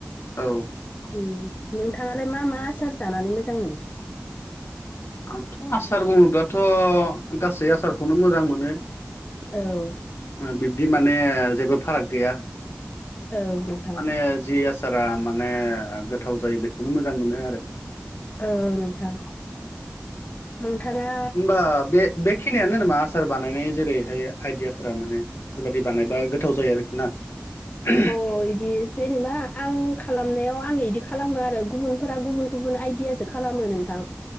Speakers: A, on the left; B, on the left.
A: औ
B: उम नोंथाङालाय मा मा आसार जानानै मोजां मोनो।
A: आंथ' आसार बुङोब्लाथ' गासै आसारखौनो मोजां मोनो।
B: औ
A: ओ बिब्दि माने जेबो फाराग गैया
B: औ नोंथां
A: माने जि सारा माने गोथाव जायो बेखौनो मोजां मोनो आरो
B: औ नोंथां नोंथाङा
A: होमबा बे बेखिनियानो होनामा आसार बानायनाय जेरैहाय आइदियाफोरा माने बेफोरबायाददि बानायबा गोथाव जायो आरोखि ना <inaudible>
B: अ बिदि जेनेबा आं खालामनायाव आं बिदि खालामो आरो गुबुनफोरा गुबुन गुबुन आइडिया एसे खालामो नोंथां